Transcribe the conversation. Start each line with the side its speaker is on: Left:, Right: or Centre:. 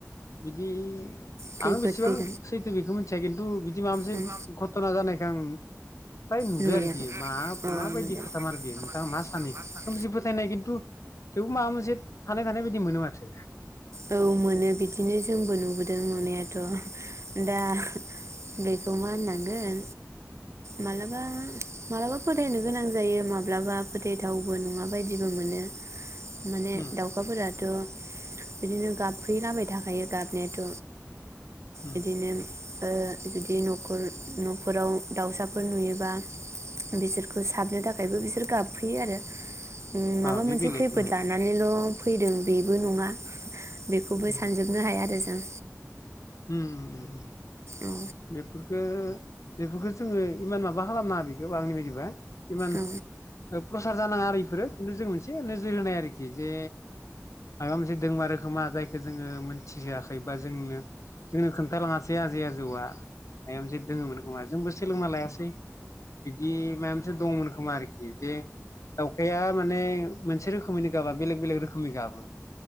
Left: बिदि
Right: खैफोद
Left: आं बेसेबां
Right: फैगोन
Left: सैथो बेखौ मिथिया खिन्थु बिदि माबा मोनसे
Right: उम
Left: घथना जानाय। जां फ्राय नुदो
Right: नुयो
Left: आरोखि मा
Right: औ
Left: माबायदि
Right: नुदों
Left: खोथामार बेयो। सानै फोथायनाय खिन्थु थेवबो माबा मोनसे थानाय थानाय बायदि मोनो माथो
Right: औ मोनो बिदिनो जोंबो नुबोदों नुनायाथ' दा बेखौ मा होननांगोन मालाबा मालाबा फोथायनो गोनां जायो माब्लाबा फोथायथावाबो नङा बायदिबो मोनो। माने
Left: उम
Right: दाउखाफोराथ' बिदिनो गाबफैलाबाय थाखायो गाबनायाथ'
Left: उम
Right: बिदिनो जुदि न'खर न'फोरराव दाउसाफोर नुयोबा बिसोरखौ साबनो थाखायबो बिसोर गाबफैयो आरो। माबा
Left: अ बे
Right: मोनसे
Left: बेलेग
Right: खैफोद
Left: उम
Right: लानानैल' फैदों बेबो नङा बेखौबो
Left: उम
Right: सानजोबनो हाया आरो जों
Left: उम उम
Right: औ
Left: बेफोरखौ बेफोरखौ जोङो इमान माबा खालामनाङा बेखौ आंनि बायदिबा इमान
Right: औ
Left: प्रसार जानाङा इफोरो खिन्थु जों मोनसे नोजोर होनाय आरोखि जे माबा मोनसे दोंमारोखोमा जायखौ जोङो मोनथि होआखै। बा जोंनो। जोंनो खोन्थालाङासै जे आजै आजौआ मायबा से दोङोमोन खोमा जोंबो। थेल मालायासै बिदि म दंमोन खोमा आरोखि जे दाउखाया माने मोनसे रोखोमैनो गाबा बेलेग बेलेग रोखोमनि गाबो।